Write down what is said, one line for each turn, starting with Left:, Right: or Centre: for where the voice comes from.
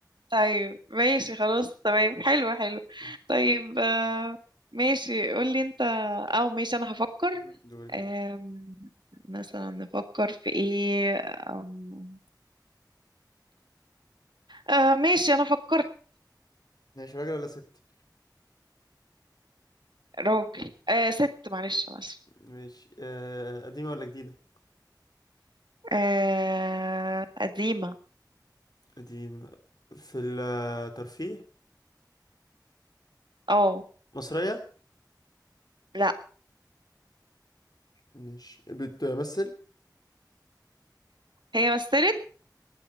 Right: طيب ماشي خلاص تمام حلو حلو
Left: م.
Right: طيب آه، ماشي قولي أنت أو ماشي أنا هفكر
Left: م. دورك
Right: آم،
Left: انت
Right: مثلا نفكر في إيه آم، آه ماشي أنا فكرت
Left: ماشي راجل ولا ست
Right: راجل آه ست معلش أنا آسفة
Left: ماشي آه... قديمة ولا جديدة
Right: آه قديمة
Left: قديمة في الترفيه
Right: أه
Left: مصرية
Right: لأ
Left: مش بتمثل
Right: هي مثلت